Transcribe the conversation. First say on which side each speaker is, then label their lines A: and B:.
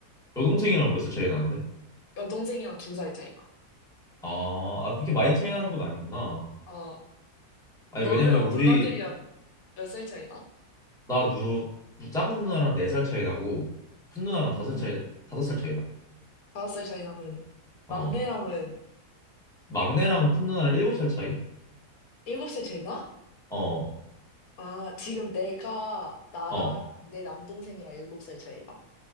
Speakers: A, in the centre; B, on the left (about 70°).
A: 여동생이랑 몇 살 차이 나는데?
B: 여동생이랑 두 살 차이가
A: 아, 아, 그렇게 많이 차이 나는 건 아니구나.
B: 어
A: 아니,
B: 너는
A: 왜냐면
B: 어,
A: 우리,
B: 누나들이랑 몇 살 차이다?
A: 나 누, 누- 작은 누나랑 네 살 차이 나고, 큰 누나랑
B: 음,
A: 다섯 차이, 다섯 살 차이 나.
B: 다섯 살 차이 나면, 막내랑은
A: 어. 막내랑 큰 누나랑 일곱 살 차이?
B: 일곱 살 차이 나?
A: 어,
B: 아, 지금 내가, 나랑
A: 어.
B: 내 남동생이랑 일곱 살 차이 나.